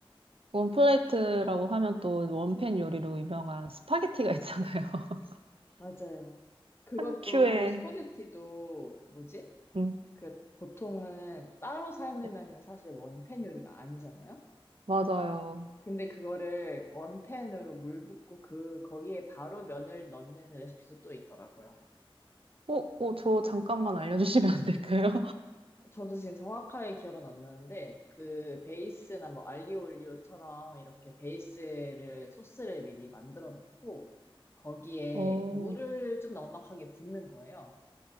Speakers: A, on the right; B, on the left.
A: 원플레이트라고 하면 또 원팬 요리로 유명한 스파게티가 있잖아요. <laughs>
B: 맞아요. 그것도
A: 한 큐에.
B: 스파게티도 뭐지?
A: 음,
B: 그 보통은 따로 삶으면은
A: 네.
B: 사실 원팬 요리가 아니잖아요.
A: 맞아요.
B: 근데 그거를 원팬으로 물 붓고 그 거기에 바로 면을 넣는 레시피도 또 있더라고요.
A: 어, 어, 저 잠깐만 알려주시면 안 될까요?
B: 저도 지금 정확하게 기억은 안 나는데, 그 베이스나 뭐 알리오올리오처럼 이렇게 베이스를, 소스를 미리 만들어 놓고, 거기에
A: <laughs> 오,
B: 물을 좀 넉넉하게 붓는 거예요.